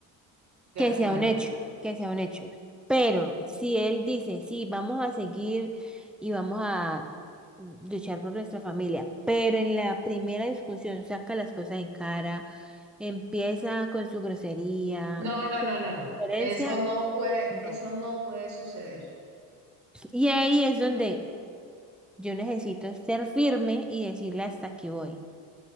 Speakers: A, on the right (about 40°); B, in the centre.
A: de
B: que
A: acuerdo.
B: sea un hecho, que sea un hecho. Pero si él dice, sí, vamos a seguir y vamos a luchar por nuestra familia, pero en la primera discusión saca las cosas en cara, empieza con su grosería,
A: No, no, no, no, no.
B: violencia,
A: Eso no puede,
B: no.
A: eso no puede suceder.
B: Y ahí es donde yo necesito ser firme y decirle hasta aquí voy.